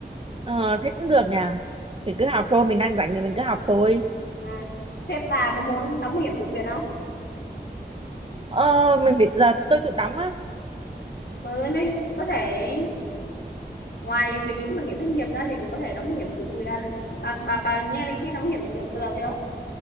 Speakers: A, on the right; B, on the left.
A: Ờ thế cũng được nhỉ. Thì cứ học thôi, mình đang rảnh thì mình cứ học thôi.
B: à. thế bà có muốn đóng bảo hiểm tự nguyện không
A: Ờ, mình phải giờ tôi tự đóng á
B: ừ, nên có thể ngoài việc lĩnh bảo hiểm thất nghiệp ra thì còn có thể đóng bảo hiểm tự nguyện bà bà bà nghe đến cái đóng bảo hiểm tự nguyện bao giờ chưa